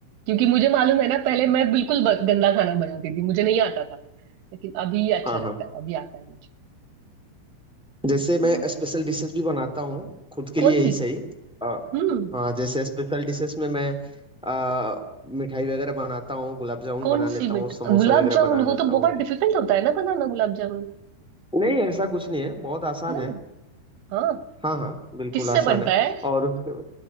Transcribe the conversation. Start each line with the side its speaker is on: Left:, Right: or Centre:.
Right: क्योंकि मुझे मालूम है ना पहले मैं बिल्कुल ब- गंदा खाना बनाती थी मुझे नहीं आता था लेकिन अभी अच्छा
Centre: हाँ
Right: लगता
Centre: हाँ
Right: है अभी आता है मुझे
Centre: जैसे मैं
Right: हम्म,
Centre: स्पेशल डिशेस भी बनाता हूँ खुद के
Right: कौन
Centre: लिए ही
Right: सी
Centre: सही अ,
Right: हम्म
Centre: हाँ जैसे स्पेशल डिशेस में मैं अ, मिठाई वगैरह बनाता हूँ गुलाब जामुन
Right: कौन
Centre: बना लेता
Right: सी बेट
Centre: हूँ समोसा
Right: गुलाब
Centre: वगैरह
Right: जामुन
Centre: बना
Right: वो
Centre: लेता
Right: तो
Centre: हूँ
Right: बहुत डिफिकल्ट होता है ना बनाना गुलाब जामुन
Centre: नहीं ऐसा कुछ नहीं है बहुत आसान
Right: नहीं
Centre: है
Right: हाँ
Centre: हाँ हाँ बिल्कुल
Right: किससे
Centre: आसान
Right: बनता
Centre: है
Right: है
Centre: और उसके